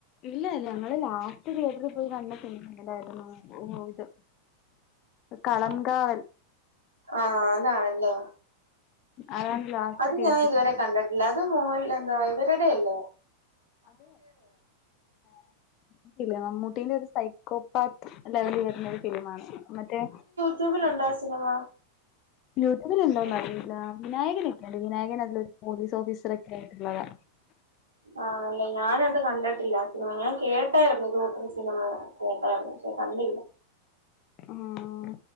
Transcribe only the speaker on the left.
ഇല്ല ല്ല ഞങ്ങള് ലാസ്റ്റ് തിയേറ്റർൽ പോയി കണ്ട സിനിമ എങ്ങനായിരുന്നോ ഓ ഇത്. കളംകാവൽ
അതാണ് ലാസ്റ്റ്
തിയേറ്ററിൽ
അത് ഹേ ട്ടി മമ്മൂട്ടീന്റെ ഒരു സ കോപ്പാത്ത് <unintelligible> വര്ന്ന ഒരു ഫിലിമാണ് മറ്റേ
യൂട്യൂബില്ണ്ടോന്ന് അറിയില്ല വിനായകൻ ഒക്കെയണ്ട് വിനായകൻ അതിലൊരു പോലീസ് ഓഫീസർ ഒക്കെ ആയിട്ടുള്ളതാ.
ഉം